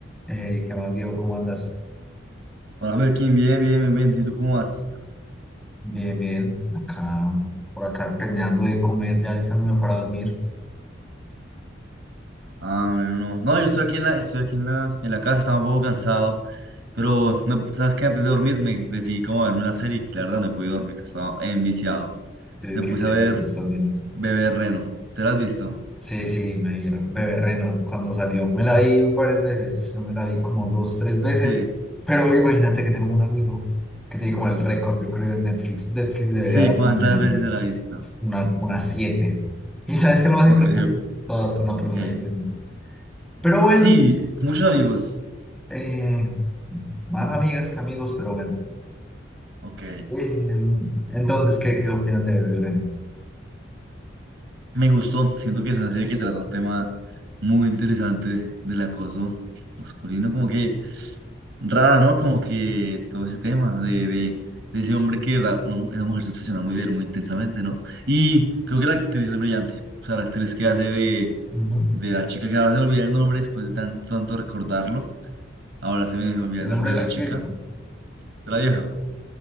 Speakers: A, in the centre; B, on the right.
A: Hey, ¿qué más, Diego? ¿Cómo andas?
B: Hola, Joaquín, bien, bien, bien, bien. ¿Y tú cómo vas?
A: Bien, bien. Acá, por acá terminando de comer, ya listándome para dormir.
B: Ah, bueno, no. No, yo estoy aquí en la, estoy aquí en la, en la casa, estaba un poco cansado, pero me- sabes que antes de dormir me decidí como a verme una serie y la verdad no pude dormir, estaba enviciado.
A: ¿De
B: Me
A: ¿Qué,
B: puse
A: qué
B: a ver
A: serie te estás viendo?
B: Bebé Reno. ¿Te la has visto?
A: Sí, sí, me vi Bebé Reno cuando salió. Me la vi varias veces. Yo me la vi como dos, tres veces.
B: Sí,
A: Pero imagínate que tengo un amigo que tiene como el récord, yo creo, de Netflix. Netflix debería
B: sí,
A: dar
B: ¿cuántas
A: una medalla,
B: veces te la has visto?
A: una, una siete. ¿Y sabes qué es lo más
B: Porque
A: importante,
B: sí,
A: Todas con una persona
B: ok.
A: diferente. Pero bueno,
B: Sí, muchos amigos.
A: eh, más amigas que amigos, pero bueno.
B: Ok.
A: Eh, entonces, ¿qué, qué opinas de Bebé Reno?
B: Me gustó, siento que es una serie que trata un tema muy interesante del acoso masculino, como que rara, ¿no? Como que todo ese tema de, de, de ese hombre que, de verdad, uno- esa mujer se obsesiona muy de él, muy intensamente, ¿no? Y creo que la actriz es brillante, o sea, la actriz que hace de,
A: Ujú.
B: de la chica que ahora se me olvida el nombre después de tanto, tanto recordarlo, ahora se me olvida
A: El
B: el nombre
A: nombre
B: de
A: de la
B: la
A: actriz,
B: chica,
A: ¿no?
B: de la vieja.